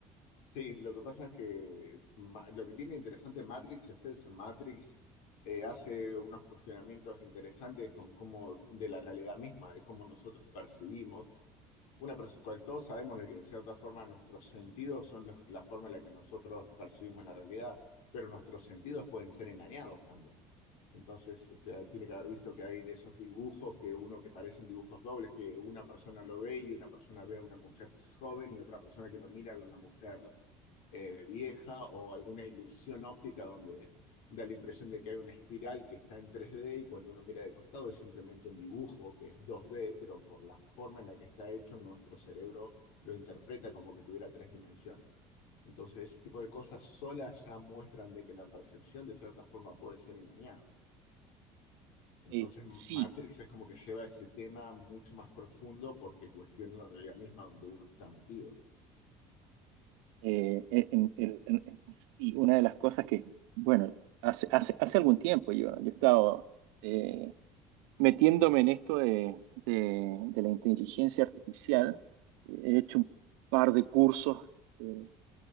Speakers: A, on the left (about 80°); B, on the right (about 85°).
A: Sí, lo que pasa es que ma- lo que tiene interesante Matrix es eso. Matrix eh, hace unos cuestionamientos interesantes con cómo, de la realidad misma, de cómo nosotros percibimos. Una perce- cual todos sabemos de que de cierta forma nuestros sentidos son los- la forma en la que nosotros percibimos la realidad, pero nuestros sentidos pueden ser engañados también. Entonces, usted tiene que haber visto que hay de esos dibujos que uno que parecen dibujos dobles, que una persona lo ve y una persona ve a una mujer joven y otra persona que lo mira ve a una mujer eh, vieja o alguna ilusión óptica donde da la impresión de que hay una espiral que está en 3D y cuando uno mira de costado es simplemente un dibujo que es 2D, pero por la forma en la que está hecho, nuestro cerebro lo interpreta como que tuviera tres dimensiones. Entonces, ese tipo de cosas solas ya muestran de que la percepción de cierta forma puede ser engañada. Entonces,
B: Eh, sí,
A: Matrix es como que lleva ese tema mucho más profundo porque cuestiona la realidad misma donde uno está metido.
B: eh, eh, en- en- en- sí, una de las cosas que, bueno, hace, hace, hace algún tiempo yo, yo he estado eh, metiéndome en esto de, de- de la inteligencia artificial. He hecho un par de cursos eh,